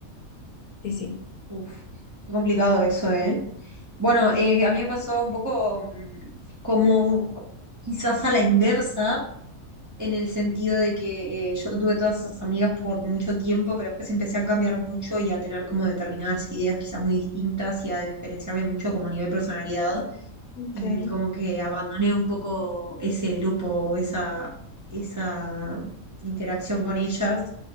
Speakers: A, on the left (about 85°); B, on the right (about 20°).
A: sí, sí.
B: Uf, qué complicado eso, ¿eh? Bueno, eh, a mí me pasó un poco mm, como quizás a la inversa, en el sentido de que eh, yo tuve todas esas amigas por mucho tiempo, pero después empecé a cambiar mucho y a tener como determinadas ideas quizás muy distintas y a diferenciarme mucho como a nivel personalidad
A: Okay,
B: y como que abandoné un poco ese grupo, o esa, esa interacción con ellas